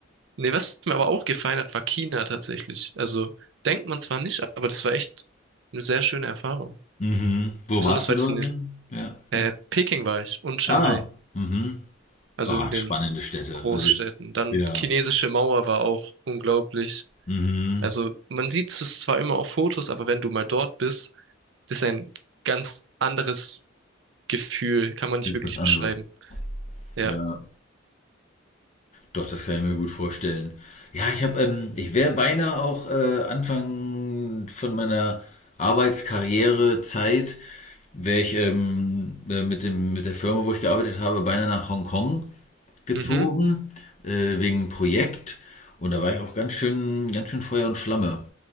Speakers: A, on the right; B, on the left.
A: Nee, was mir aber auch gefallen hat, war China tatsächlich. Also denkt man zwar nicht, aber das war echt eine sehr schöne Erfahrung.
B: Mhm. Wo
A: Besonders
B: warst
A: weil
B: du dort
A: das in den,
B: hin? Ja,
A: äh,
B: in
A: Peking war ich und Shanghai,
B: Ah, mhm.
A: also
B: Ah,
A: in den
B: spannende Städte.
A: Großstädten.
B: Also,
A: Dann
B: ja,
A: chinesische Mauer war auch unglaublich.
B: mhm.
A: Also man sieht es zwar immer auf Fotos, aber wenn du mal dort bist, das ist ein ganz anderes Gefühl, kann man nicht
B: Ist
A: wirklich
B: was anderes.
A: beschreiben. Ja,
B: Ja, doch, das kann ich mir gut vorstellen. Ja, ich habe, ähm, ich wäre beinahe auch äh, Anfang von meiner Arbeitskarrierezeit, wäre ich ähm, äh, mit dem, mit der Firma, wo ich gearbeitet habe, beinahe nach Hongkong gezogen,
A: mhm,
B: äh, wegen einem Projekt. Und da war ich auch ganz schön, ganz schön Feuer und Flamme.